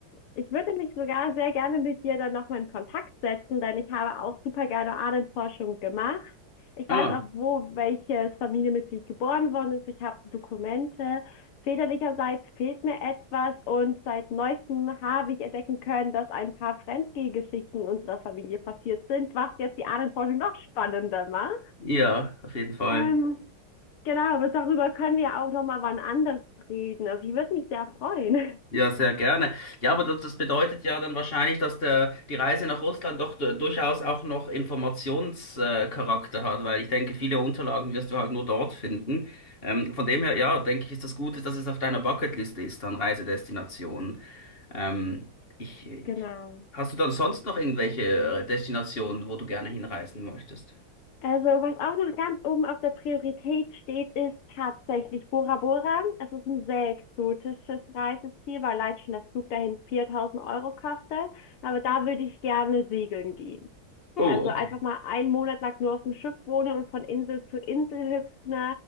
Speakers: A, on the left; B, on the left.
A: Ich würde mich sogar sehr gerne mit dir dann nochmal in Kontakt setzen, denn ich habe auch super gerne Ahnenforschung gemacht. Ich
B: Ah,
A: weiß auch, wo welches Familienmitglied geboren worden ist. Ich habe Dokumente. Väterlicherseits fehlt mir etwas und seit neuestem habe ich entdecken können, dass ein paar Fremdgehgeschichten unserer Familie passiert sind, was jetzt die Ahnenforschung noch spannender macht.
B: ja, auf jeden Fall.
A: Ähm, genau, aber darüber können wir auch nochmal wann anders reden. Also ich würde mich sehr freuen.
B: Ja, sehr gerne. Ja, aber das, das bedeutet ja dann wahrscheinlich, dass der, die Reise nach Russland doch du- durchaus auch noch Informationscharakter äh, hat, weil ich denke, viele Unterlagen wirst du halt nur dort finden. Ähm, von dem her, ja, denke ich, ist das Gute, dass es auf deiner Bucketliste ist an Reisedestinationen. Ähm, ich,
A: <laughs>
B: ich-
A: Genau.
B: hast du dann sonst noch irgendwelche äh, Destinationen, wo du gerne hinreisen möchtest?
A: Also, was auch noch ganz oben auf der Priorität steht, ist tatsächlich Bora Bora. Es ist ein sehr exotisches Reiseziel, weil allein schon der Flug dahin 4000 Euro kostet. Aber da würde ich gerne segeln gehen.
B: Oh,
A: Also
B: okay.
A: einfach mal einen Monat lang nur auf dem Schiff wohnen und von Insel zu Insel hüpfen